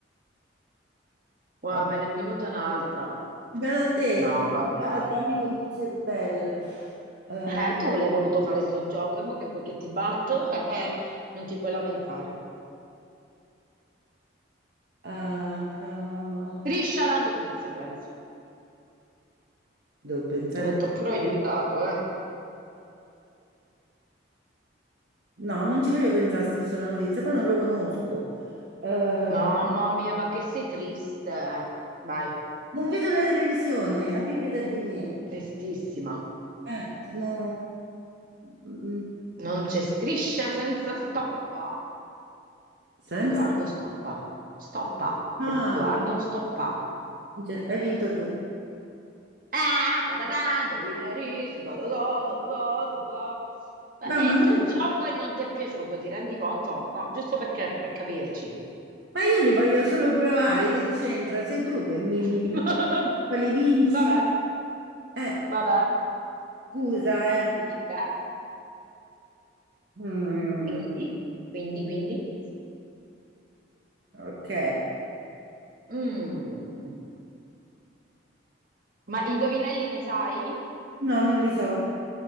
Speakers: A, on the right; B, on the right.
A: guarda,
B: Oh,
A: me ne è venuta un'altra.
B: Guarda te,
A: No, vabbè.
B: guarda Tommy con il cervello. Eh,
A: Eh, tu l'hai voluto fare sto gioco, e mo che vuoi che ti batto? <laughs> Eh, eh, non ti puoi lamentare.
B: ah, cro-
A: Striscia la notizia, penso.
B: <laughs> Devo pensare.
A: Ti ho detto pure aiutato, eh?
B: No, non ci voglio pensare a Striscia la notizia, poi non lo conosco. Eh,
A: Mamma mia, ma che sei triste. Vai,
B: non vedo la televisione, abbi pietà di me.
A: tristissima.
B: Eh, no. mm,
A: Non c'è striscia senza stoppa.
B: Senza...
A: Edoardo stoppa. Stoppa.
B: Ah,
A: Edoardo stoppa.
B: cioè, hai vinto tu.
A: Ah, ta ta ta, the winner is da da da da da da da da da. Beh,
B: No,
A: È
B: ma,
A: il
B: me-
A: tuo gioco e non ti è piaciuto, ti rendi conto? No, giusto perché, per capirci.
B: ma io li voglio solo provare, che c'entra? Sei tu che mi...
A: <laughs>
B: mi... quali vinci?
A: Vabbè,
B: Eh,
A: vabbè,
B: scusa, eh.
A: lo dici te.
B: Mm.
A: Quindi, quindi, quindi.
B: Ok.
A: Mm. Ma indovinelli ne sai?
B: No, non li so.